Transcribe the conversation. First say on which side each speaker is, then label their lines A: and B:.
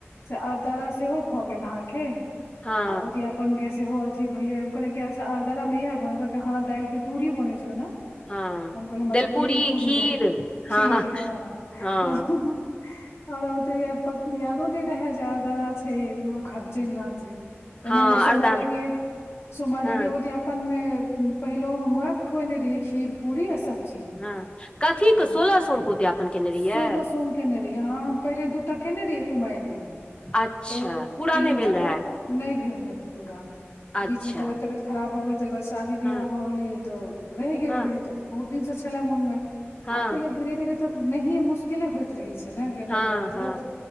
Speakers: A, on the left (about 65°); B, on the left (about 25°).
A: से अरदारा सेहो भऽ गेल अहांके
B: हँ
A: आ उद्याप पन के सेहो अथि भयै हम कहलिये कि अच्छा आर्द्रा में एहै बनै छै, कहलकै हँ दाइल के पूरी बनै छै ओना।
B: हँ
A: हम कहलिए हमरा
B: दलपूरी
A: तऽ प्लेन पूरी
B: खीर
A: रहै
B: हँ
A: खीर हँ।
B: हँ
A: हमरा ओते पत यादो ने रेहै जे अरदरा छै, अखन च‌इल रहल छै। तनहिए
B: हँ
A: सोमवारी
B: अरदार
A: के सोमवारी
B: हँ
A: के उद्यापन मे। पहिलहो हम वैह खुएने रहियै खीर पूरी आ सब्जी।
B: हू कथिकऽ
A: हँ
B: सोलह सोमक उद्यापन केने
A: सोलह
B: रहियै।
A: सोम केने रहियै हँ हम पहिले दूटा केने रहियै कुमाइरमे
B: अच्छा
A: तऽ
B: पूरा
A: तीन
B: नहि भेल
A: टा
B: रहए
A: कहै। नहि भेल रहै पूरा।
B: अच्छा
A: बीच मे तबियत -तबियत खराब भऽ गेल तैके बाद शादी बियाह
B: हँ
A: भऽ गेलै तऽ रहि गेल
B: हँ
A: रहै तऽ। बहुत दिन सँ छलै मोनमें
B: हँ
A: आब कहलिए धीरे -धीरे तऽ नहिए मुश किले होइत रहै छै ने केनाय
B: हँ
A: व्रत त्रत।
B: हँ